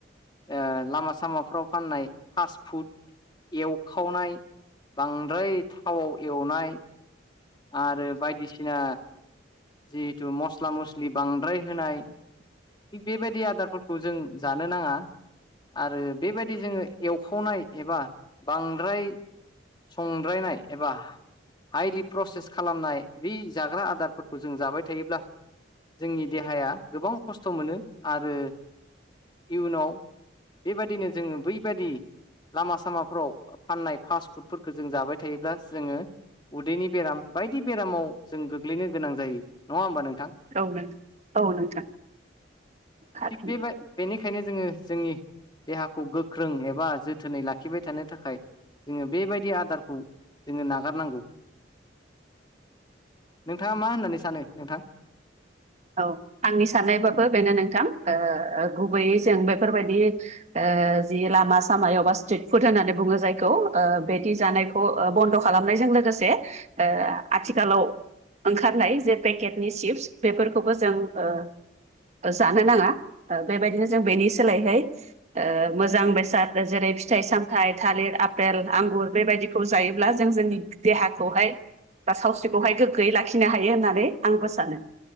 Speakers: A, on the left (about 25°); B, on the right (about 35°).
A: ओ लामा सामाफ्राव फाननाय फास फुट एवखावनाय बांद्राय थावाव एवनाय आरो बायदिसिना जिहेथु मस्ला मस्लि बांद्राय होनाय। थिग बेबायदि आदारफोरखौ जों जानो नांङा, आरो बेबायदि जोंङो एवखावनाय एबा बांद्राय, संद्रायनाय एबा हाइलि प्रसेस खालामनाय बे जाग्रा आदारफोर खौ जों जाबाय थायोब्ला जोंनि देहाया गोबां खस्थ' मोनो आरो इयुनाव बेबादिनो जोंङो बैबादि लामा सामाफोराव फाननाय फास्ट फुडफोरखौ जों जाबाय थायोब्ला जोंङो, उदैनि बेराम बायदि बेरामाव जों गोग्लैनो गोनां जायो। नंङा होमबा नों नोंथां
B: औ नोंथां औ नोंथां थारैनो।
A: बेबाय बेनि बेखायनो जोङो जोंनि देहाखौ गोख्रों एबा जोथोनै लाखिबाय थानो थाखाय जोंङो बेबायदि आदारखौ जोंङो नागारनांगौ।
B: <inaudible>
A: नोंथांङा मा होननानै सानो नोंथां?
B: औ आंनि साननायबाबो बेनो नोंथां ओ गुबैयै जों बेफोरबायदि ओ जि लामा सामायावबा स्ट्रिट फुड होननानै बुंङो जायखौ, ओ बेदि जानायखौ बन्द' खालामनायजों लोगोसे आथिखालाव, ओंखारनाय जे पेकेटनि चिप्स बेफोरखौबो जों ओ जानो नांङा बेबायदिनो जों बेनि सोलायहै ओ मोजां बेसाद जेरै फिथाइ सामथाइ थालिर आफेल आंगुर बेबायदिखौ जायोब्ला जों जोंनि देहाखौहाय, दा सावस्रिखौहाय गोग्गोयै लाखिनो हायो होननानै आंबो सानो